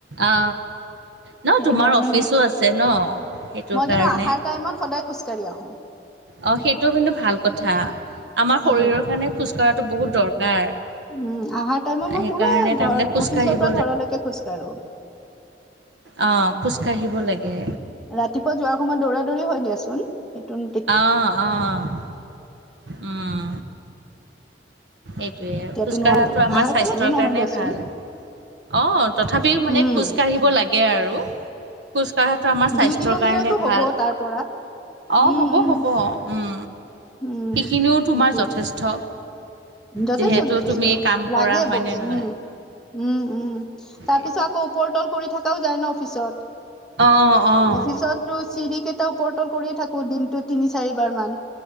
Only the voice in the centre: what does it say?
সেইটো
কাৰণে
মই
মই
কিন্তু আহাৰ টাইমত সদায় খোজ কাঢ়ি আহোঁ।
উম
উম আহহাৰ টাইমত মই
পুৰা ঘৰত
অফিচৰ পৰা ঘৰলৈকে খোজ কঢ়ো
ৰাতিপুৱা যোৱাৰ সময়ত দৌৰা দৌৰি হৈ দিয়াচোন সেইটো
তেতিয়াতো
নোৱাৰো
আহাৰ
টাইমৰো নহয়
দিয়াচোন
উম
দুই কিলোমিটাৰটো
হ'ব
তাৰ পৰা
উম
উম
উম
সেইটোৱে
যথেষ্ট
যথেষ্ট
লাগে
ব
উম উম উম তাৰ
পিছত আকৌ ওপৰতল কৰি থকাও যায় ন অফিচত
অফিচত চিৰি কেইটা ওপৰতল কৰিয়ে থাকো দিনটো তিনি চাৰিবাৰ মান